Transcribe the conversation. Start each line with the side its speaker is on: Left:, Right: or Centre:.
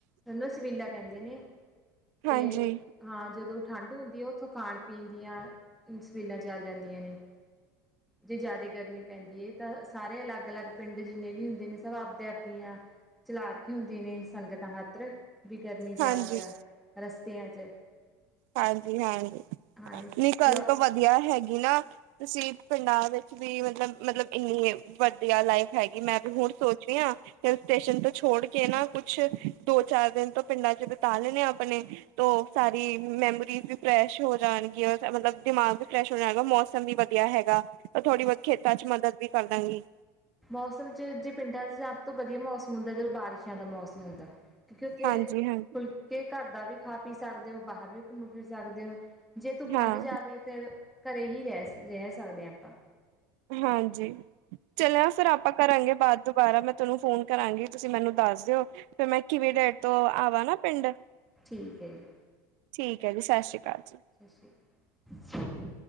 Centre: ਉਹਨੂੰ ਸਵੀਲਾਂ ਕਹਿੰਦੇ ਨੇ ਤੇ
Right: ਹਾਂਜੀ
Centre: ਹਾਂ, ਜਦੋਂ ਠੰਢ ਹੁੰਦੀ ਹੈ, ਉੱਥੋਂ ਖਾਣ-ਪੀਣ ਦੀਆਂ ਸਵੀਲਾਂ ਚੱਲ ਜਾਂਦੀਆਂ ਨੇ। ਜੇ ਜ਼ਿਆਦੇ ਗਰਮੀ ਪੈਂਦੀ ਏ ਕ ਸਾਰੇ ਅਲੱਗ-ਅਲੱਗ ਪਿੰਡ ਜਿੰਨੇ ਵੀ ਹੁੰਦੇ ਨੇ ਸਭ ਆਪਦੇ ਆਪਦੀਆਂ ਚਲਾ ਰੱਖੇ ਹੁੰਦੇ ਨੇ ਸੰਗਤਾਂ ਖਾਤਰ। ਵੀ ਗਰਮੀ ਜ਼ਿਆਦੇ
Right: ਹਾਂਜੀ
Centre: ਆ ਰਸਤਿਆਂ ਚ।
Right: ਹਾਂਜੀ-ਹਾਂਜੀ,
Centre: ਹਾਂ
Right: ਨਹੀਂ ਗੱਲ
Centre: ਜ
Right: ਤੋਂ ਵਧੀਆ ਹੈਗੀ ਨਾ ਤੁਸੀਂ ਪਿੰਡਾਂ ਵਿੱਚ ਵੀ ਮਤਲਬ, ਮਤਲਬ ਇੰਨੀ ਵਧੀਆ ਲਾਈਫ ਹੈਗੀ, ਮੈਂ ਵੀ ਹੁਣ ਸੋਚ ਰਹੀ ਹਾਂ ਹਿੱਲ ਸਟੇਸ਼ਨ ਤੋਂ ਛੋੜ ਕੇ ਨਾ ਕੁਛ ਦੋ ਚਾਰ ਦਿਨ ਤੋਂ ਪਿੰਡਾਂ ਚ ਬਿਤਾ ਲੈਣੇ ਆਪਣੇ। ਤੋ ਸਾਰੀ ਮੈਮੋਰੀਜ਼ ਵੀ ਫਰੈਸ਼ ਹੋ ਜਾਣਗੀਆਂ ਉੱਥੇ, ਮਤਲਬ ਦਿਮਾਗ ਵੀ ਫਰੈਸ਼ ਹੋ ਜਾਏਗਾ, ਮੌਸਮ ਵੀ ਵਧੀਆ ਹੈਗਾ। ਔਰ ਥੋੜੀ ਬਹੁਤ ਖੇਤਾਂ ਚ ਮਦਦ ਵੀ ਕਰਦਾਂਗੀ।
Centre: ਮੌਸਮ ਚ ਜੇ ਪਿੰਡਾਂ ਚ ਸਭ ਤੋਂ ਬਧੀਆ ਮੌਸਮ ਹੁੰਦਾ, ਜਦੋਂ ਬਾਰਿਸ਼ਾਂ ਦਾ ਮੌਸਮ ਹੁੰਦਾ। ਕਿਉਂਕਿ ਉੱਥੇ
Right: ਹਾਂਜੀ ਹਾਂ
Centre: ਖੁਲਕੇ ਘਰ ਦਾ ਵੀ ਖਾ ਪੀ ਸਕਦੇ ਹੋ, ਬਾਹਰ ਵੀ ਘੁੰਮ ਫਿਰ ਸ ਸਕਦੇ ਹੋ ਜੇ ਧੁੱੱਖਾਂ
Right: ਹਾਂ
Centre: ਚ ਜਾਵੇ ਫਿਰ ਘਰੇ ਹੀ ਰਹਿ ਰਹਿ ਸਕਦੇ ਹਾਂ ਆਪਾਂ
Right: ਹਾਂਜੀ ਚਲਿਆ ਫਿਰ ਆਪਾਂ ਕਰਾਂਗੇ ਬਾਅਦ। ਦੁਬਾਰਾ ਮੈਂ ਤੁਹਾਨੂੰ ਫੋਨ ਕਰਾਂਗੀ, ਤੁਸੀਂ ਮੈਨੂੰ ਦੱਸ ਦਿਓ। ਫਿਰ ਮੈਂ ਕਿਵੇਂ ਡੇਰ ਤੋਂ ਆਵਾਂ ਨਾ ਪਿੰਡ
Centre: ਠੀਕ ਹੈ ਜੀ
Right: ਠੀਕ ਹੈ ਜੀ ਸਸਰੀ ਅਕਾਲ ਜੀ
Centre: ਸਤਿ ਸ਼੍ਰੀ ਅਕਾਲ